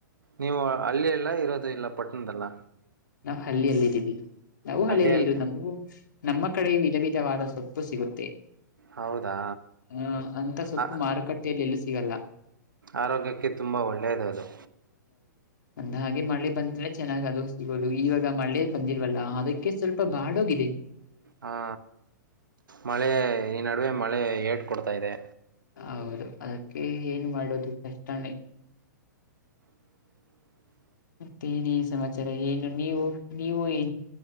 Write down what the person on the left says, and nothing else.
ನಾವವು ಹಲ್ಲಿಯಲ್ಲಿ ಇದ್ದೀವಿ ನಾವು ಹಲ್ಲಿಯಲ್ಲಿ
ಇದವಿ ನಮವು ನಮ್ಮ ಕಡೆ ವಿಧವ ವಾದ ಸೊಪ್ಪು ಸಿಗುತ್ತೆ
ಆ ಅಂತ ಸೊಪ್ಪು
ಮಾರುಕಟ್ಟೆಯಲ್ಲಿ ಎಲ್ಲಿ ಸಿಗಲ್ಲ
ಒಂದ್ ಹಾಗೆ ಮಳೆ ಬಂದ್ರೆ ಚೆನ್ನಾಗ್ ಅದು ಇಗೋದು ಈವಾಗ ಮಳೆ ಬಂದಿಲ್ವಲ್ಲ ಅದಕ್ಕೆ ಸ್ವಲ್ಪ ಬಾಡ ಹೋಗಿದೆ
ಹೌದು ಅದಕ್ಕೆ ಏನ್ ಮಾಡೋದು ಕಷ್ಟನೇ
ಮತ್ತೆನನ್ ಸಮಾಚಾರ ಏನು ನೀವು ನೀವು ಏ